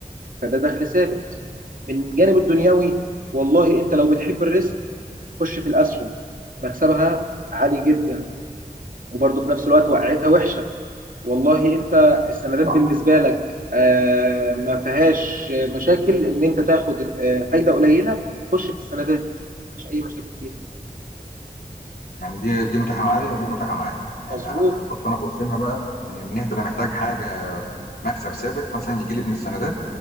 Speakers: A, on the right (about 60°); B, on the left (about 85°).
A: فده دخل ثابت من جانب الدنيوي والله انت لو بتحب الريسك خش في الاسهم مكسبها عالي جدا وبرضه في نفس الوقت وقعتها وحشه والله انت السندات بالنسبه لك آه، ما فيهاش مشاكل ان انت تاخد آه، فايده قليله خش في السندات مش اي مشاكل فيها
B: يعني دي دي متاحه معايا ودي متاحه معايا يعني
A: مظبوط
B: آه، آه، بس انا ببص لها بقى من من ناحيه انا محتاج حاجه مكسب ثابت مثلا يجي لي من السنه